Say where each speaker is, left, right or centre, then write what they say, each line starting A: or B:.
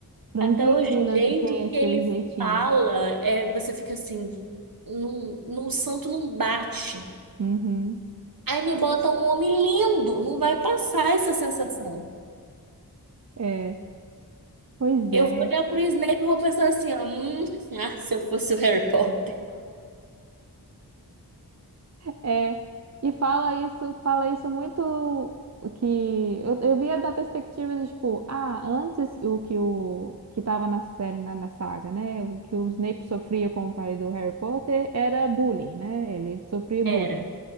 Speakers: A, on the right; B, on the right.
A: franzinas
B: Até o jeito
A: e tem esse
B: que ele
A: jeitinho.
B: fala, é, você fica assim, num, num santo não bate.
A: Uhum,
B: Aí me bota um homem lindo, não vai passar essa sensação.
A: é, pois
B: Eu
A: é.
B: vou olhar pro Snape e vou pensar assim, ó, hum, <laughs> ah, se eu fosse o Harry Potter.
A: É, e fala isso, fala isso muito que eu, eu via da perspectiva de tipo, ah, antes o que o que tava na série, na, na saga, né? O que o Snape sofria com o pai do Harry Potter era bullying, né? Ele sofria bullying.
B: Era.